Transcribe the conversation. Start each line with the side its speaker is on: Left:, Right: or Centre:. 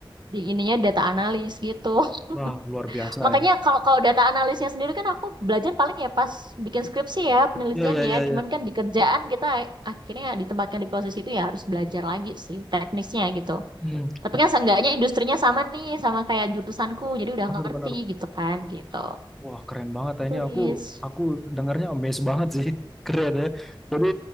Right: di ininya data analis gitu. <laughs>
Centre: Wah luar biasa
Right: Makanya
Centre: ini.
Right: kalau kalau data analisnya sendiri kan aku belajar paling ya pas bikin skripsi ya, penelitian
Centre: Iya iya iya.
Right: ya.
Centre: iya.
Right: Cuman kan di kerjaan kita akhirnya ditempatkan di posisi itu ya harus belajar lagi sih teknisnya gitu.
Centre: Hmm,
Right: Tapi kan seenggaknya industrinya sama nih, sama kayak jurusanku. Jadi udah
Centre: benar-benar.
Right: ngerti gitu kan, gitu.
Centre: Wah keren banget ah,
Right: Turis.
Centre: ini. Aku aku dengarnya amazed banget sih. <laughs> Keren ya. Jadi